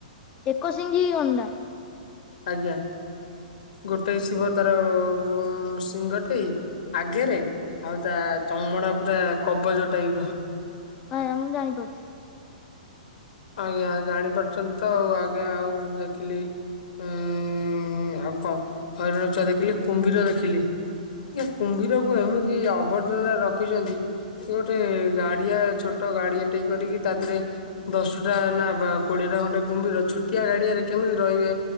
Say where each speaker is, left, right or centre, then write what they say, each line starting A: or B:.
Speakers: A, on the left; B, on the left.
A: ଏକ ଶିଙ୍ଗି ଗଣ୍ଡା।
B: ଆଜ୍ଞା ଗୋଟେ ଶିଙ୍ଗ ତାର ଉଁ ଶିଙ୍ଗଟେ। ଆଗେରେ ଆଉ ତା ଚମଡ଼ା ପୁରା କବଜ ଟାଇପ ର।
A: ଆଜ୍ଞା ମୁଁ ଜାଣି ପାରୁଛି।
B: ଆଜ୍ଞା ଜାଣିପାରୁଚନ୍ତି ତ ଆଉ ଆଜ୍ଞା ଆଉ ଦେଖିଲି ଏଁ ଉଁ ଆଉ କଣ ହରିଣ ଛୁଆ ଦେଖିଲି କୁମ୍ଭୀର ଦେଖିଲି। ଏ କୁମ୍ଭୀରକୁ ଏମିତି ଅବର୍ଜନା ରଖିଚନ୍ତି। ସେ ଗୋଟେ ଗାଡିଆ ଛୋଟ ଗାଡିଆ ଟିଏ କରିକି ତା ଦେହରେ ଦଶୁଟା ନା ବା କୋଡ଼ିଏଟା ଖଣ୍ଡେ କୁମ୍ଭୀର ଛୋଟିଆ ଗାଡ଼ିଆରେ କେମିତି ରହିବେ।